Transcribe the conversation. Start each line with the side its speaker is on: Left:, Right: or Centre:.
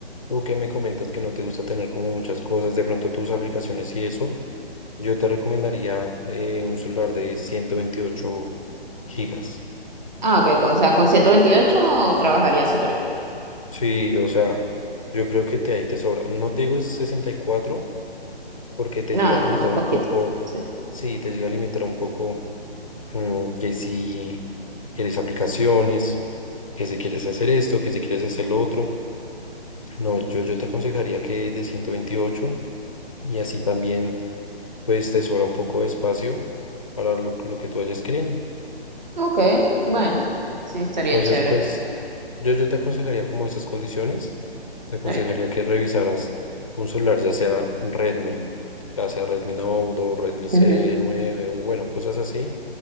Left: tú que me comentas que no te gusta tener como muchas cosas, de pronto tus aplicaciones y eso Yo te recomendaría eh, un celular de ciento veintiocho gigas.
Right: Ah, ok, con- o sea, con 128 trabajaría súper bien.
Left: Sí, o sea, yo creo que te ahí te sobra. No te digo es 64 porque te
Right: No,
Left: llega a limitar
Right: es como
Left: un
Right: poquito.
Left: poco,
Right: Sí.
Left: sí, te llega a limitar un poco mm, que si quieres aplicaciones, que si quieres hacer esto, que si quieres hacer lo otro. No, yo, yo te aconsejaría que de 128 y así también pues te sobra un poco de espacio para lo, lo que tú vayas queriendo.
Right: Ok, bueno. Sí, estaría
Left: Entonces,
Right: chévere.
Left: pues yo, yo te aconsejaría como estas condiciones, te aconsejaría
Right: Sí.
Left: que revisaras un celular, ya sea Redmi, ya sea Redmi Note o Redmi c
Right: Ujú.
Left: nueve o bueno, cosas así,